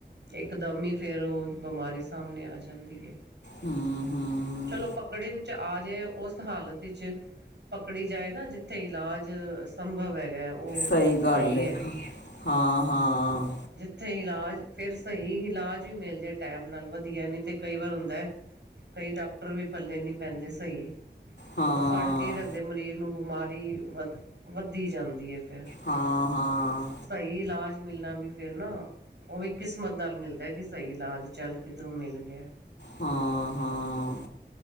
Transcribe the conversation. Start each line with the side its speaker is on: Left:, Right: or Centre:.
Right: ਇਕਦਮ ਹੀ ਫੇਰ ਉਹ ਬਿਮਾਰੀ ਸਾਹਮਣੇ ਆ ਜਾਂਦੀ ਹੈ
Left: ਹਮ ਹਮ
Right: ਚਲੋ ਪਕੜੇ ਨ ਚ ਆਜੇ ਉਸ ਹਾਲਤ ਵਿੱਚ ਪਕੜੀ ਜਾਏ ਨਾ ਜਿੱਥੇ ਇਲਾਜ ਸੰਭਵ ਹੈਗਾ ਉਹ
Left: ਸਹੀ ਗੱਲ ਏ
Right: ਹੈ।
Left: ਹਾਂ ਹਾਂ
Right: ਉੱਥੇ ਇਲਾਜ ਫਿਰ ਸਹੀ ਇਲਾਜ ਵੀ ਮਿਲ ਜਾਏ ਟਾਈਮ ਨਾਲ ਵਧੀਆ ਨਿ ਤੇ ਕਈ ਵਾਰ ਹੁੰਦਾ ਹੈ ਕਈ ਡਾਕਟਰ ਵੀ ਪੱਲੇ ਨਹੀਂੀ ਪੈਂਦੇ ਸਹੀ
Left: ਹਾਂ।
Right: ਉਹ ਫੜ ਕੇ ਹੀ ਰੱਖਦੇ ਮਰੀਜ਼ ਨੂੰ ਬਿਮਾਰੀ ਵੱਧ ਵੱਧਦੀ ਜਾਂਦੀ ਹੈ ਫਿਰ
Left: ਹਾਂ ਹਾਂ
Right: ਸਹੀ ਇਲਾਜ ਮਿਲਣਾ ਵੀ ਫੇਿਰ ਨਾ ਉਹ ਵੀ ਕਿਸਮਤ ਨਾਲ ਮਿਲਦਾ ਕਿ ਸਹੀ ਇਲਾਜ ਚੱਲ ਕਿੱਧਰੋਂ ਮਿਲ ਗਿਆ
Left: ਹਾਂ, ਹਾਂ।